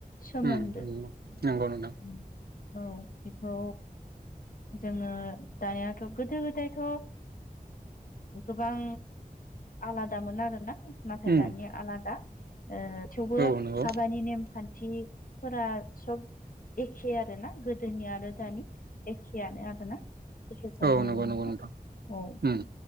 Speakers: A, on the left; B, on the right.
A: सोमोन्दो
B: उम नंगौ नंगौ
A: <inaudible>
B: नोंथां
A: औ बेखौ जोङो दानियाथ' गोदो गोदायथ' गोबां आलादामोन आरोना नाथाय
B: उम
A: दानिया आलादा। थेवबो
B: औ नंगौ उम
A: हाबानि नेमखान्थिफोरा सब एखे आरो ना गोदोनि आरो दानि एखेयानो आरोना? <unintelligible>
B: औ नंगौ नंगौ नोंथां
A: औ
B: उम उम